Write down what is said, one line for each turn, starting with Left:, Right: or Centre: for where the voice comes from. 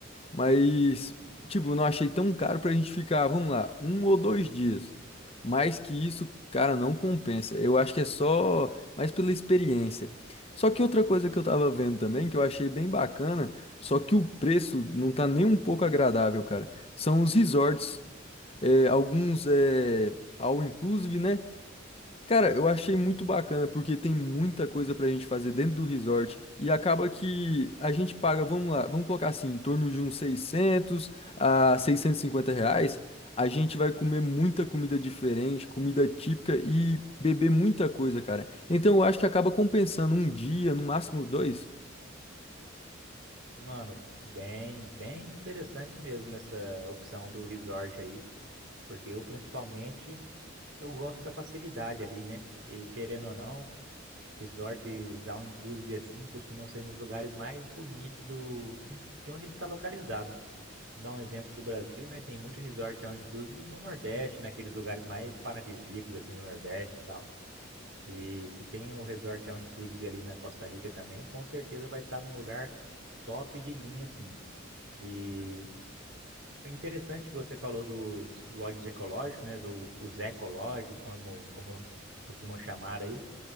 Left: Mas, tipo, eu não achei tão caro pra gente ficar, vamos lá, um ou dois dias. Mais que isso, cara, não compensa. Eu acho que é só mais pela experiência. Só que outra coisa que eu tava vendo também, que eu achei bem bacana, só que o preço não tá nem um pouco agradável, cara. São os resorts é, alguns é all inclusive, né? Cara, eu achei muito bacana porque tem muita coisa pra gente fazer dentro do resort e acaba que a gente paga, vamos lá, vamos colocar assim, em torno de uns seiscentos a seiscentos e cinquenta reais. A gente vai comer muita comida diferente, comida típica e beber muita coisa, cara. Então eu acho que acaba compensando um dia, no máximo dois.
Right: Mano, bem, bem interessante mesmo essa opção do resort aí. Porque eu, principalmente, eu gosto da facilidade ali, né? E querendo ou não, resorts all inclusive assim costumam ser nos lugares mais bonitos do de onde ele está localizado. Vou dar um exemplo do Brasil, né? Tem muito resort all inclusive no Nordeste, naqueles lugares mais paradisíacos assim do Nordeste e tal. E se tem o resort all inclusive ali na Costa Rica também, com certeza vai estar num lugar top de linha assim. E É interessante que você falou dos lodges ecológicos, né? Ou os ecolodges, como, como costumam chamar aí.